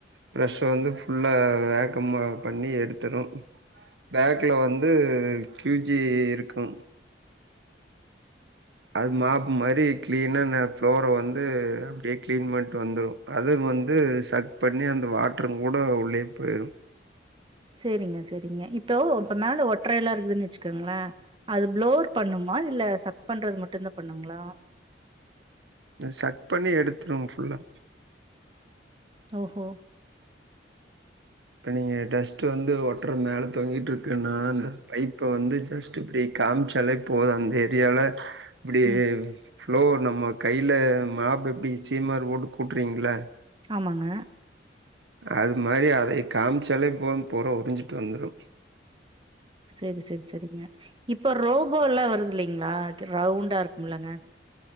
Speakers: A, on the right; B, on the right.
A: பிரஷ்ஷ வந்து ஃபுல்லா வேக்கமா பண்ணி எடுத்துரு பேக்ல வந்து க்யூஜி இருக்கு அது மாப்பு மாரி கிளீனா ந ஃப்ளோர வந்து அப்டியே கிளீன் பண்ட்டு வந்துரு அது வந்து சக் பண்ணி அந்த வாட்டரு கூட உள்ளேயே போயிரு
B: சேரிங்க செரிங்க இப்போ இப்ப மேல ஒட்ரையெல்லா இருக்குதுன்னு வச்சுக்கோங்களே அது ப்ளோர் பண்ணுமா இல்ல சக் பண்றது மட்டுதா பண்ணுங்ளா
A: சக் பண்ணி எடுத்துரு ஃபுல்லா
B: ஓஹோ
A: இப்ப நீங்க டஸ்ட்டு வந்து ஒட்ற மேல தொங்கிட்டு இருக்குன்னா அந்த பைப்ப வந்து ஜஸ்ட் இப்டி காமிச்சாலே போது அந்த ஏரியால இப்டியே
B: ம்.
A: ப்ளோர் நம்ம கைல்ல மாப் எப்டி சீமாரு போட்டு கூட்ரிங்ளா
B: ஆமாங்க
A: அது மாரி அத காமிச்சாலே போது பூற உருஞ்சிட்டு வந்துரு
B: செரி செரி செரிங்க இப்ப ரோபோ எல்லா வருது இல்லைங்ளா ரவுண்டா இருக்கும்லங்க